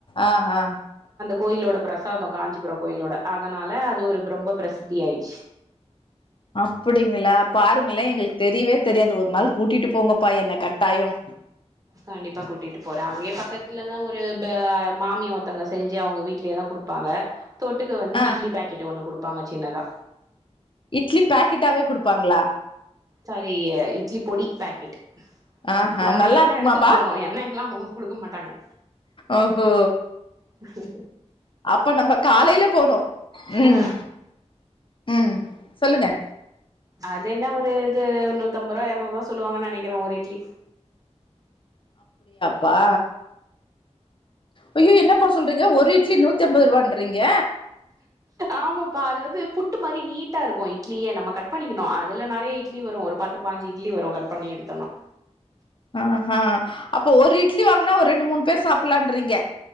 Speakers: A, on the left (about 45°); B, on the right (about 30°).
A: ஆ ஆ
B: கோயில்லோட பிரசாதம் காஞ்சிபுர கோயில்லோட அதுனால அது ஒரு ரொம்ப பிரசித்தியாயி ச்சு
A: அப்டிங்ளா பாருங்களே எங்களுக்கு தெரியவே தெரியாது ஒரு நாள் கூட்டிட்டு போங்கப்பா என்ன கட்டாயோம்
B: கண்டிப்பா கூட்டிட்டு போறேன் அங்கியே பக்கத்துலதா ஒரு ப மாமிய ஒருத்தங்க செஞ்சு அவுங்க வீட்லயே தா குடுப் பாங்க தொட்டுக்க வந்து
A: ஆ
B: இட்லி பாக்கெட் ஒன்னு குடுப் பாங்க சின்னதா
A: இட்லி பாக்கெட்டாவே குடுப்பாங்ளா
B: சாரி இட்லி பொடி பாக்கெட்
A: ஆஹா
B: நம்ம
A: நல்லா
B: எண்ணெ
A: இருக்குமாப்பா
B: எடுத்துட்டு போனு எண்ணெ எல்லா ஊத் குடுக்க மாட்டாங்க
A: ஓஹோ
B: ச சரி
A: அப்ப நம்ப காலேல போனு ம்
B: ஆ
A: ம் சொல்லுங்க
B: அது என்ன ஒரு இது நூத்தம்பது ரூவா எறநூறுவா சொல்லுவாங்க நெனைக் கிறேன் ஒரு இட்லி
A: பா ஐய்யோ என்னப்பா சொல்றீங்க ஒரு இட்லி நூத்தி அம்பது ரூபாண்றீங்க
B: ஆமாப்பா அது வந்து புட்டு மாரி நீட்டா இருக்கும் இட்லியே நம்ம கட் பண்ணிக்கணு அதுல நெறைய இட்லி வரு ஒரு பத்து பாஞ்சு இட்லி வரும் கட் பண்ணி எடுத்தோனா
A: ஆ ஹா அப்போ ஒரு இட்லி வாங்கினா ஒரு ரெண்டு மூணு பேர் சாப்புலான்றீங்க